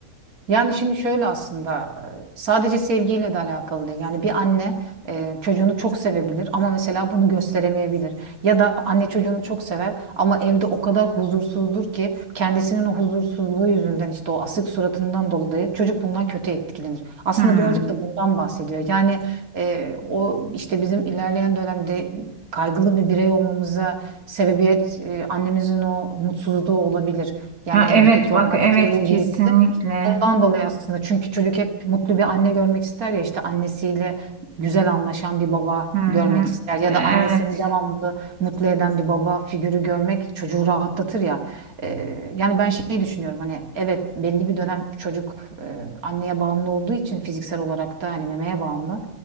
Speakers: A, on the right; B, on the right.
A: Yani şimdi şöyle aslında e, sadece sevgiyle de alakalı değil. Yani bir anne e, çocuğunu çok sevebilir ama mesela bunu gösteremeyebilir. Ya da anne çocuğunu çok sever ama evde o kadar huzursuzdur ki kendisinin o huzursuzluğu yüzünden işte o asık suratından dolayı çocuk bundan kötü etkilenir. Aslında
B: Hmm.
A: birazcık da bundan bahsediyor. Yani e, o işte bizim ilerleyen dönemde kaygılı bir birey olmamıza sebebiyet e, annemizin o mutsuzluğu olabilir. Yani
B: Ha,
A: evdeki
B: evet bak
A: o haleti
B: evet
A: ruhiyeti.
B: kesinlikle.
A: Ondan dolayı aslında çünkü çocuk hep mutlu bir anne görmek ister ya işte annesiyle güzel anlaşan bir baba
B: Hı hı.
A: görmek ister ya
B: Evet.
A: da annesini devamlı mutlu eden bir baba figürü görmek çocuğu rahatlatır ya. Ee, yani ben şeyi düşünüyorum hani evet belli bir dönem çocuk e, anneye bağımlı olduğu için fiziksel olarak da hani memeye bağımlı.